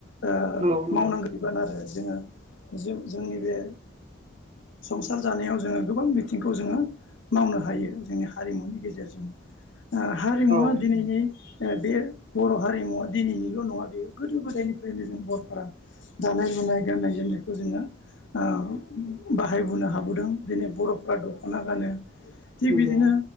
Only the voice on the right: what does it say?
नंगौ नंगौ
औ
नंगौ